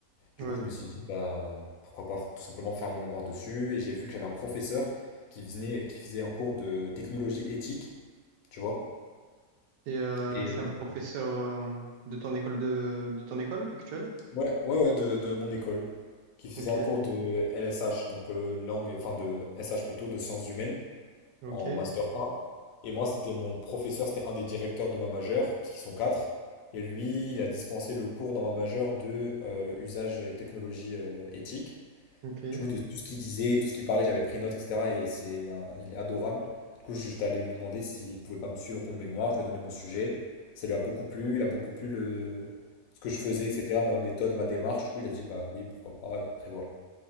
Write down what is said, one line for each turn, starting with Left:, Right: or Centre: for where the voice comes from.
Left: Du
Right: Ouais.
Left: coup, je me suis dit, bah, pourquoi pas tout simplement faire mon mémoire dessus. Et j'ai vu que j'avais un professeur qui venait, qui faisait un cours de technologie éthique, tu vois.
Right: Et euh,
Left: Et
Right: c'est
Left: euh,
Right: un professeur euh, de ton école de, de ton école actuelle?
Left: ouais, ouais, ouais, de, de mon école, qui faisait
Right: Ok,
Left: un cours de LSH, donc euh, langue, enfin de SH plutôt, de sciences humaines,
Right: ok,
Left: en master 1. Et moi, c'était mon professeur, c'était un des directeurs de ma majeure, parce qu'ils sont quatre. Et lui, il a dispensé le cours dans ma majeure de euh, usage et technologie éthiques.
Right: ok,
Left: Du coup, de tout ce qu'il disait, tout ce qu'il parlait, j'avais pris note, etc. Et c'est, euh, il est adorable. Du coup, j'étais allé lui demander s'il pouvait pas me suivre pour mon mémoire. Je lui ai donné mon sujet. Ça lui a beaucoup plu. Il a beaucoup plu le... ce que je faisais, etc. Ma méthode, ma démarche. Du coup, il a dit, bah oui, pourquoi pas. Et après, voilà.